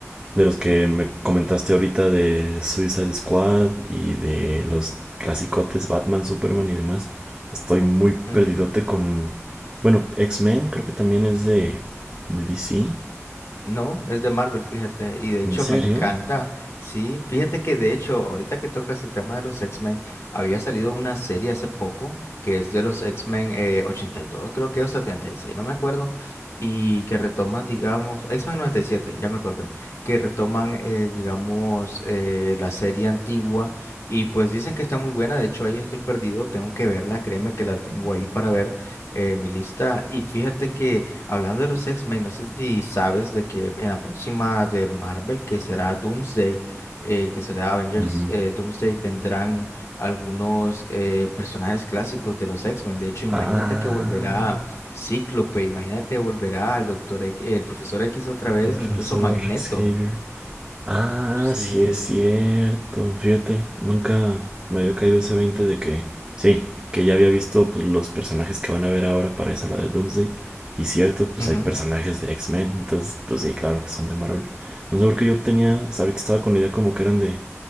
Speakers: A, on the right; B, on the left.
A: de los que me comentaste ahorita de Suicide Squad y de los clasicotes Batman, Superman y demás, estoy muy
B: ujú.
A: perdidote con... Bueno, X-Men creo que también es de, de DC.
B: No, es de Marvel, fíjate, y de hecho
A: ¿En serio?
B: me encanta. Sí, fíjate que de hecho, ahorita que tocas el tema de los X-Men, había salido una serie hace poco que es de los X-Men eh, 82, creo que o 76, no me acuerdo, y que retoma, digamos, X-Men 97, ya me acordé, que retoman, eh, digamos, eh, la serie antigua y pues dicen que está muy buena, de hecho ahí estoy perdido, tengo que verla, créeme que la tengo ahí para ver eh, en mi lista y fíjate que... Hablando de los X-Men, no sé si sabes de que en la próxima de Marvel, que será Doomsday, eh, que será Avengers
A: Ujú.
B: eh, Doomsday, vendrán algunos eh, personajes clásicos de los X-Men. De hecho, imagínate
A: Ah,
B: que volverá Cíclope, imagínate que volverá el doctor, X- el profesor X otra
A: el
B: vez,
A: profesor
B: incluso Magneto.
A: Xavier. Ah,
B: Sí.
A: sí es cierto. Fíjate, nunca me había caído ese 20 de que, sí, que ya había visto pues, los personajes que van a ver ahora para esa la de Doomsday. Y cierto, pues
B: Ujú,
A: hay personajes
B: ujú,
A: de X-Men, entonces, pues sí, claro que son de Marvel. No sé por qué yo tenía, hasta ahorita estaba con la idea como que eran de,